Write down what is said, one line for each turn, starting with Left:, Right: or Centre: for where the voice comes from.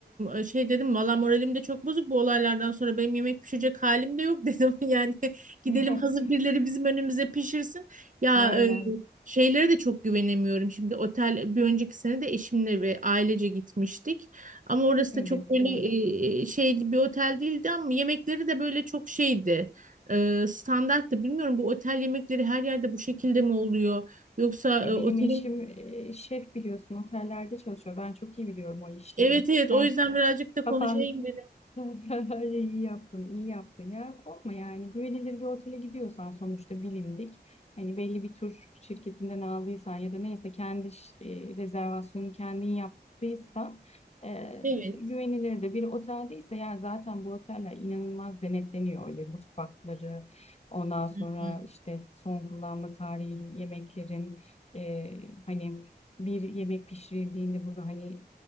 Right: e, şey dedim valla moralim de çok bozuk bu olaylardan sonra benim yemek pişirecek halim de yok <laughs> dedim yani gidelim
Left: <laughs>
Right: hazır birileri bizim önümüze pişirsin ya
Left: Aynen
Right: e, şeylere de çok güvenemiyorum şimdi otel bir önceki sene de eşimle ve ailece gitmiştik ama orası
Left: evet
Right: da çok böyle
Left: evet.
Right: e, şey bir otel değildi ama yemekleri de böyle çok şeydi e, standarttı bilmiyorum bu otel yemekleri her yerde bu şekilde mi oluyor yoksa
Left: E,
Right: e, otelin
Left: benim eşim e, şef biliyorsun otellerde çalışıyor ben çok iyi biliyorum o işleri.
Right: Evet evet
Left: Sen
Right: o yüzden birazcık da
Left: kapan
Right: konuşayım dedim.
Left: <laughs> İyi yaptın, iyi yaptın ya. Korkma yani güvenilir bir otele gidiyorsan sonuçta bilindik. Hani belli bir tur şirketinden aldıysan ya da neyse kendi iş- e, rezervasyonu kendin yaptıysan e,
Right: Evet.
Left: güvenilir de bir oteldeyse ya zaten bu oteller inanılmaz denetleniyor öyle mutfakları ondan sonra
Right: Hı.
Left: işte son kullanma tarihi yemeklerin e, hani bir yemek pişirildiğinde bunu hani